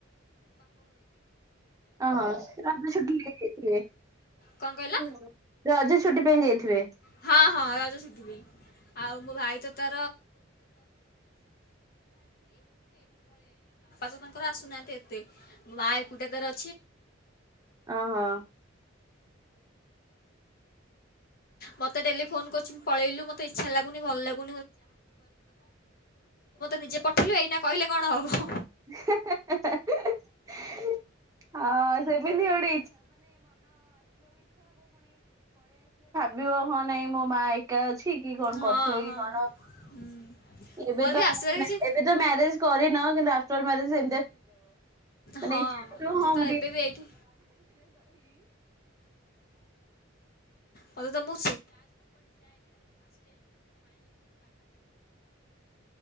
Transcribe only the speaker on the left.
କ'ଣ କହିଲ
ହଁ ହଁ ରଜ ଛୁଟି ପାଇଁ। ଆଉ ମୋ ଭାଇ ବାପା ତ ତାଙ୍କର ଆସୁନାହାନ୍ତି ଏତେ ମା ଏକୁଟିଆ ତାର
ମତେ ଡେଲି ମୁଁ କହିଲି ତୁ ତ ମୋତେ ନିଜେ ପଠେଇଲୁ ଏଇନା କହିଲେ କଣ ହେବ?
ହଁ
ହଁ
ହୁଁ
ମୋର ବି
ଆସିବାର କିଛି
ହଁ।
ମୋତେ ତ ଏବେ ବି ଏଇଠି ମତେ ତ ଇଆ। ମୁଁ